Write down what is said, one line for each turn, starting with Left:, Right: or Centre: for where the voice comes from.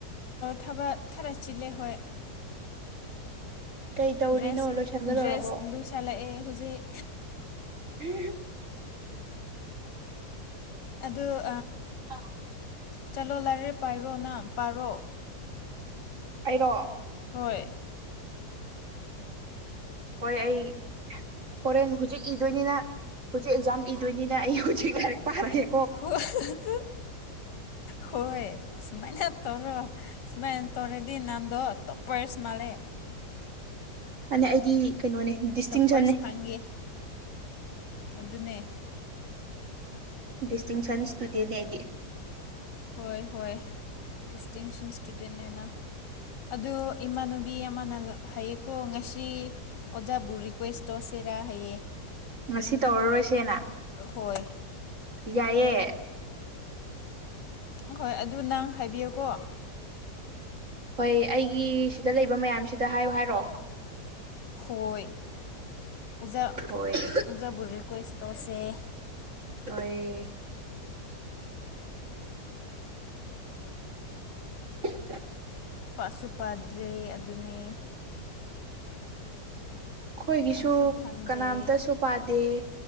Left: ꯊꯕꯛ ꯈꯔ ꯆꯤꯜꯂꯦ ꯍꯣꯏ
Right: ꯀꯩ ꯇꯧꯔꯤꯅꯣ
Left: ꯗ꯭ꯔꯦꯁ
Right: ꯂꯣꯏꯁꯟꯕ
Left: ꯗ꯭ꯔꯦꯁ
Right: ꯂꯣꯏꯔꯕꯣ
Left: ꯂꯨ ꯁꯜꯂꯛꯑꯦ ꯍꯧꯖꯤꯛ
Right: <unintelligible>
Left: ꯑꯗꯣ
Right: ꯑ
Left: ꯆꯠꯂꯣ ꯂꯥꯏꯔꯦ ꯄꯥꯏꯔꯣ ꯅꯪ ꯄꯥꯔꯣ
Right: ꯑꯩꯔꯣ
Left: ꯍꯣꯏ
Right: ꯍꯣꯏ ꯑꯩ ꯍꯣꯔꯦꯟ ꯍꯧꯖꯤꯛ ꯏꯗꯣꯏꯅꯤꯅ ꯍꯧꯖꯤꯛ ꯑꯦꯛꯖꯥꯝ ꯏꯗꯣꯏꯅꯤꯅ ꯑꯩ ꯍꯧꯖꯤꯛ ꯂꯥꯏꯔꯤꯛ ꯄꯥꯔꯒꯦ
Left: <unintelligible> ꯍꯣꯏ ꯁꯨꯃꯥꯏꯅ ꯇꯧꯔꯣ ꯁꯨꯃꯥꯏꯅ ꯇꯧꯔꯗꯤ ꯅꯪ ꯗꯣ ꯇꫭꯞꯄꫪꯁ ꯃꯥꯜꯂꯦ
Right: ꯑꯅꯦ ꯑꯩꯗꯤ ꯀꯩꯅꯣꯅꯦ ꯗꯤꯁꯇꯤꯡꯁꯟꯅꯦ
Left: ꯇꯣꯞꯄꯔꯁ ꯐꯪꯒꯦ ꯑꯗꯨꯅꯦ
Right: ꯗꯤꯁꯇꯤꯡꯁꯟ ꯁ꯭ꯇꯨꯗꯦꯟ ꯅꯦ ꯑꯩꯗꯤ
Left: ꯍꯣꯏ ꯍꯣꯏ ꯗꯤꯁꯇꯤꯡꯁꯟ ꯏꯁꯇꯨꯗꯦꯟꯅꯦ ꯅꯪ ꯑꯗꯨ ꯏꯃꯥꯟꯅꯕꯤ ꯑꯃꯅ ꯍꯥꯏꯌꯦꯀꯣ ꯉꯁꯤ ꯑꯣꯖꯥꯕꯨ ꯔꯤꯀ꯭ꯋꯦꯁ ꯇꯧꯁꯦ ꯇꯦꯔꯥ ꯍꯌꯦ
Right: ꯉꯁꯤ ꯇꯧꯔꯔꯣꯏꯁꯦꯅ
Left: ꯍꯣꯏ
Right: ꯌꯥꯏꯌꯦ
Left: ꯑꯍꯣꯏ ꯑꯗꯨ ꯅꯪ ꯍꯥꯏꯕꯤꯌꯨꯀꯣ
Right: ꯍꯣꯏ ꯑꯩꯒꯤ ꯁꯤꯗ ꯂꯩꯕ ꯃꯌꯥꯝꯁꯤꯗ ꯍꯥꯏꯌꯣ ꯍꯥꯏꯔꯣ
Left: ꯍꯣꯏ ꯑꯣꯖꯥ
Right: ꯍꯣꯏ ꯅꯣꯏ
Left: ꯑꯣꯖꯥꯕꯨ ꯔꯤꯀ꯭ꯋꯦꯁ ꯇꯧꯁꯦ
Right: ꯑꯣꯏ <unintelligible>
Left: ꯄꯁꯨ ꯄꯥꯗ꯭ꯔꯦ ꯑꯗꯨꯅꯦ
Right: ꯈꯣꯏꯒꯤꯁꯨ
Left: ꯈꯟꯁꯨ ꯈꯟꯗꯦ
Right: ꯀꯅꯥꯝꯇꯁꯨ ꯄꯥꯗꯦ